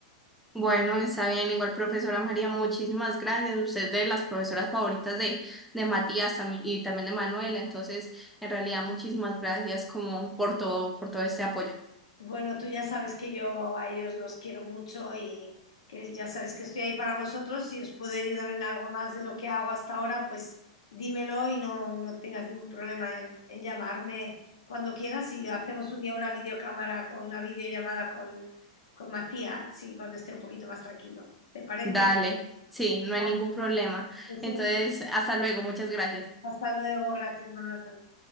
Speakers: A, in the centre; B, on the left.
A: Bueno, está bien. Igual, profesora María, muchísimas gracias. Usted es de las profesoras favoritas de, de Matías tam- y también de Manuel. Entonces, en realidad, muchísimas gracias como por todo, por todo este apoyo.
B: Bueno, tú ya sabes que yo a ellos los quiero mucho y que ya sabes que estoy ahí para vosotros. Si os puedo ayudar en algo más de lo que hago hasta ahora, pues dímelo y no, no tengas ningún problema en, en llamarme cuando quieras y hacemos un día una videocámara con una videollamada con, con Matías, sí, cuando esté un poquito más tranquilo. ¿Te parece?
A: Dale, sí, no
B: Ya,
A: hay ningún problema.
B: pues,
A: Entonces, hasta luego. Muchas gracias.
B: Hasta luego, gracias, Manuel, hasta luego.